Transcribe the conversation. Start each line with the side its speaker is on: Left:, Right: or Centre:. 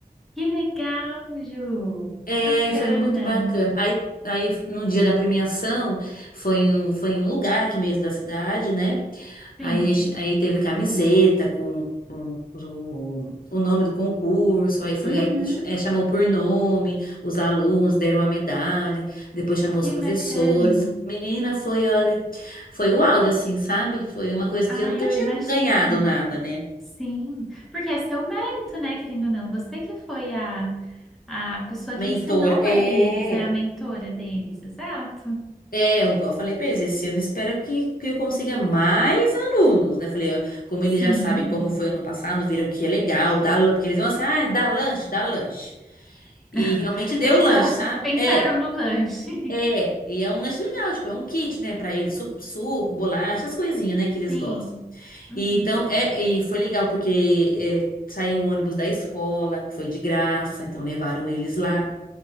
Centre: Que legal, Ju.
Left: É,
Centre: Que bacana.
Left: foi muito bacana. Aí, aí no dia da premiação, foi em um, foi em um lugar aqui mesmo da cidade, né?
Centre: Sim.
Left: Aí, a gente, aí teve camiseta com, com o, o nome do concurso, aí foi,
Centre: Uhum,
Left: aí, ch- é, chamou por nome, os alunos deram a medalha, depois chamou
Centre: que
Left: os professores.
Centre: bacana.
Left: Menina, foi, olha, foi o áudio, assim, sabe? Foi uma coisa
Centre: Ah,
Left: que eu nunca
Centre: eu
Left: tinha
Centre: imagino.
Left: ganhado nada, né?
Centre: Sim, porque é seu mérito, né, querendo ou não. Você que foi a, a pessoa
Left: Mentora,
Centre: que ensinou
Left: é.
Centre: ali eles, né, a mentora deles, exato.
Left: É, igual eu falei pra eles, esse ano espero que, que eu consiga mais alunos, né? Falei, ó, como eles
Centre: Sim.
Left: já sabem como foi ano passado, viram que é legal, dá, lan- porque eles vão assim, ah, dá lanche, dá lanche. E
Centre: <laughs>
Left: realmente deu
Centre: Eles
Left: lanche,
Centre: só
Left: sabe?
Centre: pensaram
Left: É,
Centre: no lanche.
Left: é. E é um lanche legal, tipo, é um kit, né, pra eles, su- suco, bolacha, as coisinhas, né, que eles
Centre: <laughs> Sim.
Left: gostam.
Centre: Uhum.
Left: E então, é, e foi legal, porque é, saiu um ônibus da escola, que foi de graça, então levaram eles lá.